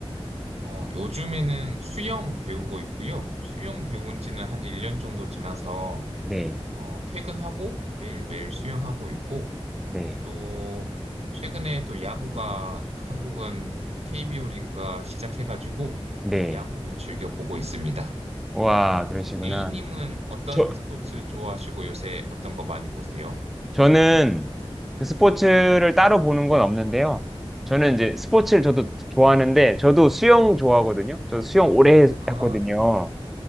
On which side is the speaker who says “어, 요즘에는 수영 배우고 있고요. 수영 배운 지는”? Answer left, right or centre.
Right